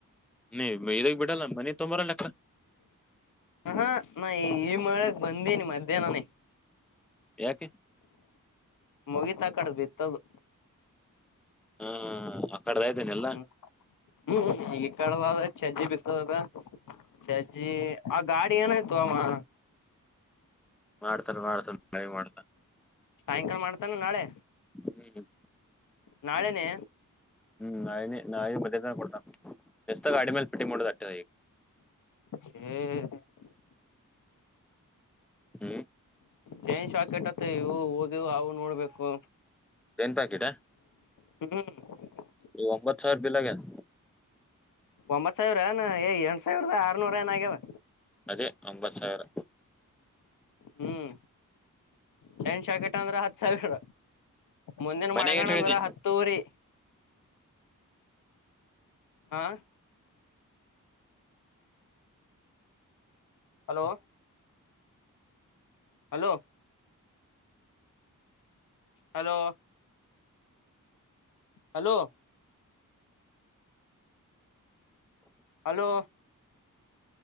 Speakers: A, in the centre; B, on the left.
A: ನೀ ಇದ್ ಬಿಡಲ್ಲ ಮನಿ ತೊಂಬರಲ್ಲಕ್ಕ
B: ಹಾ ನಾ ಈ ಈ ಮಗ್ ಬಂದನಿ ಮಧ್ಯಾಹ್ನನೇ
A: ಯಾಕೆ
B: ಮುಗಿತಾ ಕಡ್ದ್ ಬಿತ್ತದು
A: ಹ ಆ ಕಡೆದ ಇದ್ದೇನೆ ಎಲ್ಲ
B: ಹ್ಮ್ ಹ್ಮ್ ಈಗ ಈ ಕಡ ಚಜ್ಜಿ ಬಿತ್ತದದ ಚಾಚಿಯ ಗಾಡಿ ಏನಾಯ್ತು ಮಾಮಾ
A: ಮಾಡ್ತಾರ ಮಾಡ್ತಾರ ಮಾಡ್ತ
B: ಸಾಯಂಕಾಲ ಮಾಡ್ತಾನ ನಾಳೆ
A: ಹ್ಮ್
B: ನಾಳೆನೆ
A: ಹ್ಮ್ ನಾಳೆನೆ ನಾಳೆ ಮಧ್ಯಾಹ್ನ ಮೇಲೆ ಕೊಡ್ತಾ ವ್ಯಸ್ತ ಅಡಿಮೇಲ್ ಪಿಟ್ಟಿು ತಟ್ಟ
B: ಹ್ಮ್
A: ಹ್ಮ್
B: ಚೈನ್ ಶಾಕೆಟ್ತ್ತ ಇವು ಹೋಗಿವವು ಅವು ನೋಡ್ಬೇಕು
A: ನ್ ಪ್ಯಾಕೆಟಾ
B: ಹ್ಮ್
A: ಇ ಒಂಬತ್ತು ಸಾವಿರ ಬಿಲ್ಲಾಗಿದೆ
B: ಒಂಬತ್ ಸಾವಿರ ಏನ್ಏ ಎಂಟ ಸಾವಿರದ ಆರ್ನೂರ ಏನ ಆಗ್ಯಾವ
A: ಅದೇ ಒಂಬತ್ ಸಾವಿರ
B: ಹ್ಮ್ ಚೈನ್ ಶಾಕೆಟ್ ಅಂದ್ರೆ ಹತ್ತು ಸಾವಿರ ಮುಂದಿನ
A: ಮನೆಗೆ
B: ಮಡಗಣ
A: ಎಟ್ ಹೇಳಿದಿ
B: ಅಂದ್ರ ಹತ್ತುವರಿ ಆ hello hello hello hello hello